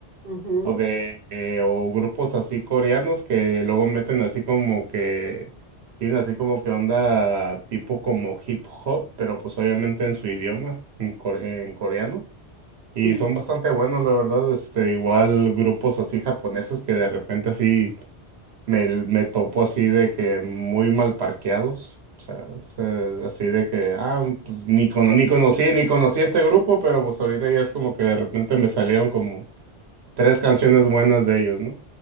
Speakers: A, on the right (about 45°); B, on the right (about 75°).
A: Ujú,
B: O de, eh, o grupos así coreanos que luego meten así como que, tienen así como que onda tipo como hip hop, pero pues obviamente en su idioma, en, core- en coreano. Y
A: Sí.
B: son bastante buenos, la verdad, este, igual grupos así japoneses que de repente así me, me topo así de que muy mal parqueados. O sea, o sea, así de que, ah, pues ni, cono-
A: <laughs>
B: ni conocí, ni conocí este grupo, pero pues ahorita ya es como que de repente me salieron como Tres canciones buenas de ellos, ¿no?